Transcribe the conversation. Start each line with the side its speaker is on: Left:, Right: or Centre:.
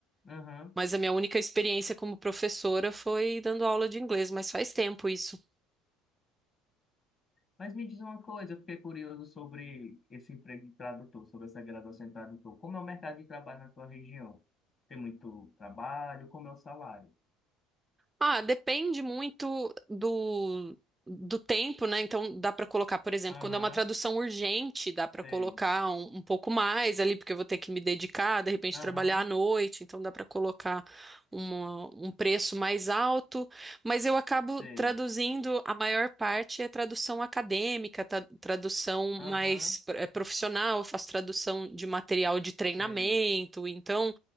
Left: Aham.
Right: Mas a minha única experiência como professora foi dando aula de inglês, mas faz tempo isso.
Left: Mas me diz uma coisa, eu fiquei curioso sobre esse emprego de tradutor, sobre essa graduação em tradutor. Como é o mercado de trabalho na tua região? Tem muito trabalho? Como é o salário?
Right: Ah, depende muito do, do tempo, né? Então dá para colocar, por exemplo,
Left: Aham,
Right: quando é uma tradução urgente, dá para
Left: sei.
Right: colocar um, um pouco mais ali, porque eu vou ter que me dedicar, de repente
Left: Aham,
Right: trabalhar à noite, então dá para colocar uma- um preço mais alto. Mas eu acabo
Left: sei.
Right: traduzindo, a maior parte é tradução acadêmica, tra- tradução
Left: Aham,
Right: mais eh, profissional, eu faço tradução de material de treinamento,
Left: sei.
Right: então.